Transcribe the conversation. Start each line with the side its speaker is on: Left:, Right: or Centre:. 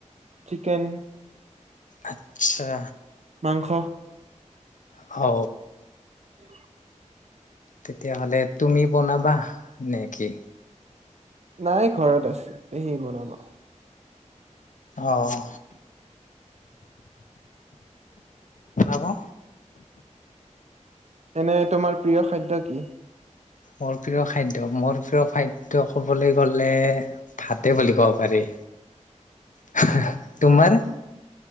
Right: চিকেন
Left: আচ্ছা
Right: মাংস
Left: অ
Right: উ
Left: তেতিয়াহ'লে তুমি বনাবা নে কি?
Right: নাই ঘৰত আছে পেহী বনাব,
Left: অহ আৰু
Right: এনে তোমাৰ প্ৰিয় খাদ্য কি?
Left: মোৰ প্ৰিয় খাদ্য মোৰ প্ৰিয় খাদ্য ক'বলৈ গ'লে ভাতে বুলি ক'ব পাৰি‌। <unintelligible> তোমাৰ?
Right: অ